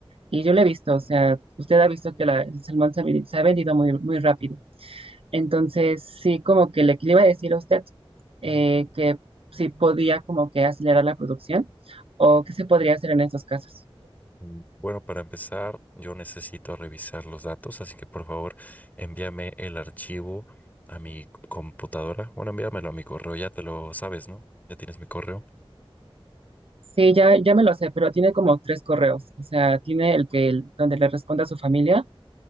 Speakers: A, on the right; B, on the left.
A: Y yo lo he visto, o sea, usted ha visto que la- el salmón se ha, vi- se ha vendido muy, muy rápido. Entonces, sí, como que le, le iba a decir a usted eh, que si podía como que acelerar la producción o qué se podría hacer en estos casos.
B: Mm, Bueno, para empezar, yo necesito revisar los datos, así que por favor envíame el archivo a mi c- computadora. Bueno, envíamelo a mi correo, ya te lo sabes, ¿no? Ya tienes mi correo.
A: Sí, ya, ya me lo sé, pero tiene como tres correos. O sea, tiene el que el- donde le responde a su familia,